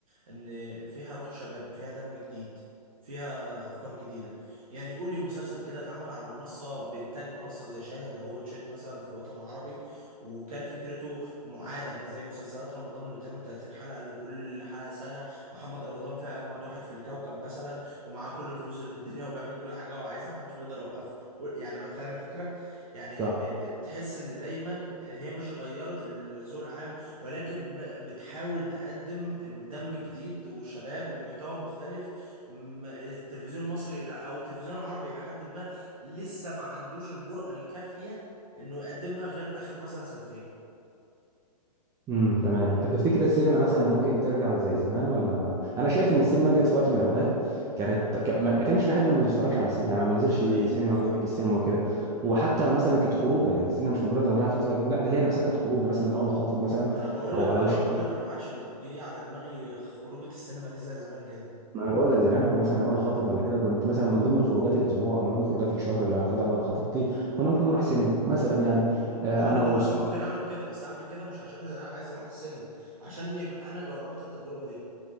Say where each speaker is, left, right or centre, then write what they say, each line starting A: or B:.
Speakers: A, on the right (about 55°); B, on the right (about 15°).
A: ان فيها روح شباب فيها دم جديد فيها افكار جديده يعني قول لي مسلسل كده اتعمل على منصه بانتاج منصه زي شاهد او واتشيت مثلا في الوطن العربي وكان فكرته معاده زي مسلسلات رمضان اللي بتعمل 30 حلقه اللي كل حلقه سنه محمد رمضان فيها اجمد واحد في الكوكب مثلا ومعاه كل الفلوس اللي في الدنيا وبيعمل كل حاجه هو عايزها ومحدش بيقدر يوقفه يعني فاهم الفكره يعني
B: صح
A: تحس ان دايما هي مش غيرت الذوق العام ولكن ب- بتحاول تقدم دم جديد وشباب ومحتوى مختلف م- التلفزيون المصري إلى- او التلفزيون العربي الى حد ما لسه ما عندوش الجرأة الكافية انه يقدمها غير اخر مثلا سنتين
B: امم تمام
A: مم.
B: طب تفتكر السينما مثلا ممكن ترجع زي زمان ولا انا شايف ان السينما جت في وقت من الاوقات كانت
A: مم.
B: ك- ما ما كانش في حد ما بيتفرجش على السينما يعني ما بينزلش
A: ايوه
B: سينما
A: صح
B: ويحج السينما وكده
A: مم.
B: وحتى مثلا كانت خروجه يعني السينما مش مجرد انا رايح عشان اتفرج على فيلم لا ده هي نفسها كانت خروجه مثلا لو انا خاطب مثلا
A: ما انا بقول
B: او
A: لك
B: على
A: اه
B: وش
A: ما انا
B: جواز
A: بقول لك انا ما عادش بتجي على دماغي خروجه السينما دي زي زمان كده
B: ما انا بقول لك زمان كنت مثلا لو انا خاطب ولا كده كنت مثلا من ضمن الخروجات الاسبوع او من ضمن خروجات الشهر اللي هاخدها مع خطيبتي كنا ممكن نروح سينما مثلا يعني
A: مم.
B: آه،
A: هو انا
B: انا
A: دلوقتي
B: وصحابي
A: ممكن اعمل كده بس اعمل كده مش عشان انا عايز اروح السينما عشان يبقى انا جربت التجربه دي